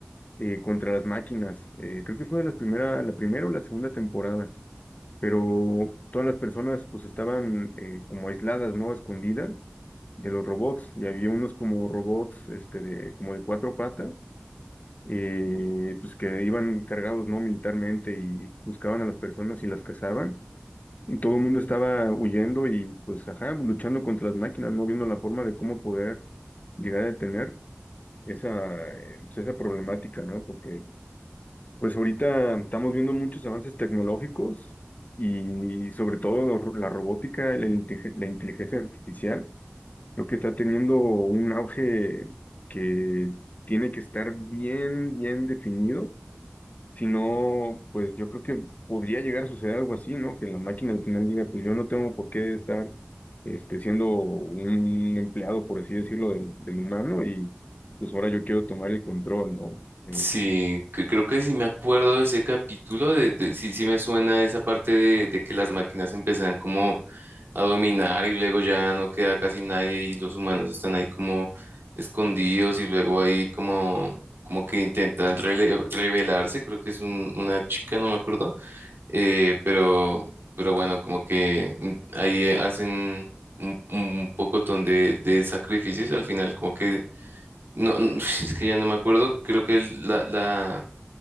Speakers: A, on the left (about 40°); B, on the right (about 70°).
A: eh, contra las máquinas. Eh, creo que fue de las primera, la primera o la segunda temporada, pero todas las personas pues estaban eh, como aisladas, ¿no? Escondidas de los robots, y había unos como robots, este, de, como de cuatro patas, eh, pues que iban cargados, ¿no? Militarmente y buscaban a las personas y las cazaban. Y todo el mundo estaba huyendo y pues ajá, pues, luchando contra las máquinas, no viendo la forma de cómo poder llegar a detener esa, eh, pues, esa problemática, ¿no? Porque pues ahorita estamos viendo muchos avances tecnológicos y sobre todo lo ro- la robótica y la, inte- la inteligencia artificial, lo que está teniendo un auge que tiene que estar bien, bien definido si no, pues yo creo que podría llegar a suceder algo así, ¿no? Que la máquina al final diga, pues yo no tengo por qué estar este, siendo un empleado, por así decirlo, del, del humano y pues ahora yo quiero tomar el control, ¿no? Eh,
B: sí, cre- creo que sí me acuerdo de ese capítulo, de, de- sí, sí me suena esa parte de, de que las máquinas empiezan como a dominar y luego ya no queda casi nadie y los humanos están ahí como escondidos y luego ahí como... como que intentan rele- rebelarse, creo que es un- una chica, no me acuerdo, Eh, pero, pero bueno, como que mm, ahí eh, hacen un, un pocotón de, de sacrificios al final, como que, no, no, <laughs> es que ya no me acuerdo, creo que el- la, la,